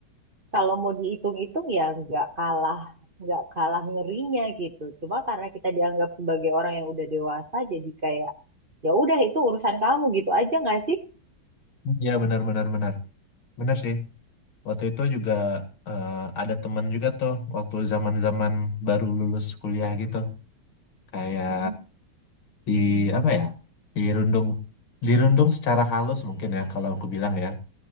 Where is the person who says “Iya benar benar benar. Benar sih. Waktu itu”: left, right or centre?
Left